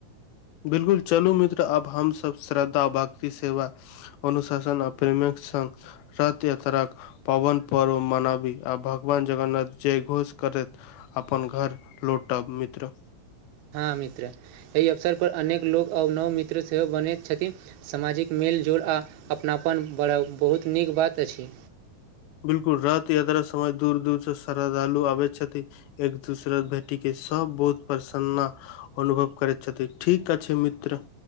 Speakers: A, on the left (about 85°); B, on the right (about 90°).
A: बिलकुल चलू मित्र आब हमसभ श्रद्धा भक्ति सेवा अनुशासन आ प्रेमक सब रथ यात्राक पावन पर्व मनाबी आ भगवान जगन्नाथ जय घोष करैत अपन घर लौटब मित्र
B: हँ मित्र एहि अवसर पर अनेक लोको और नव मित्र सेहो बनैत छथिन सामाजिक मेलजोल आ अपनापन बढ़ब बहुत नीक बात अछि
A: बिलकुल रथ यात्रा समय दूर दूर से श्रद्धालु आबै छथि एक दोसरा भेटीक के सब बहुत प्रसन्ना अनुभव करैत छथि ठीक अछि मित्र